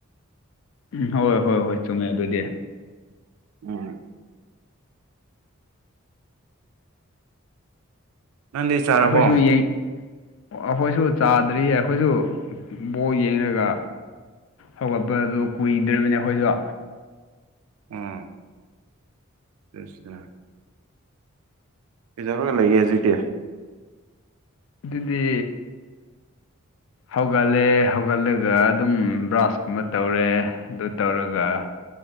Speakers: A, on the left; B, on the right.
A: ꯎꯝ ꯍꯣꯏ ꯍꯣꯏ ꯍꯣꯏ ꯆꯨꯝꯃꯦ ꯑꯗꯨꯗꯤ
B: ꯎꯝ ꯅꯪꯗꯤ ꯆꯥꯔꯕꯣ
A: ꯑꯩꯈꯣꯏꯁꯨ ꯑꯩꯈꯣꯏꯁꯨ ꯆꯥꯗ꯭ꯔꯤꯌꯦ ꯑꯩꯈꯣꯏꯁꯨ ꯕꯣꯜ ꯌꯦꯡꯉꯒ ꯍꯧꯒꯠꯄꯗꯣ ꯀꯨꯏꯗ꯭ꯔꯤꯕꯅꯤ ꯑꯩꯈꯣꯏꯁꯨ
B: ꯑꯥ ꯥꯆꯠꯂꯨꯁꯤꯗꯅ ꯀꯩꯗꯧꯔꯒ ꯂꯩꯒꯦ ꯑꯗꯨꯗꯤ
A: ꯑꯗꯨꯗꯤ ꯍꯧꯒꯠꯂꯦ ꯍꯧꯒꯠꯂꯒ ꯑꯗꯨꯝ ꯕ꯭ꯔꯁ ꯀꯨꯝꯕ ꯇꯧꯔꯦ ꯑꯗꯨ ꯇꯧꯔꯒ